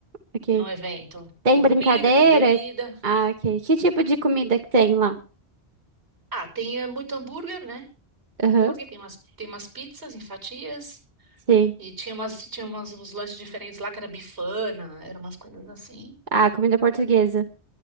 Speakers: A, on the right; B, on the right.
A: ok.
B: no evento.
A: Tem
B: Tem
A: brincadeira?
B: comida, tem bebida.
A: Ah, ok. Que tipo de comida que tem lá?
B: Ah, tem eh, muito hambúrguer, né? Hambúrguer,
A: Aham.
B: tem umas, tem umas pizzas em fatias.
A: Sim.
B: E tinha umas, tinha umas, uns lanches diferentes lá que era bifana, eram umas coisas assim.
A: Ah, comida portuguesa.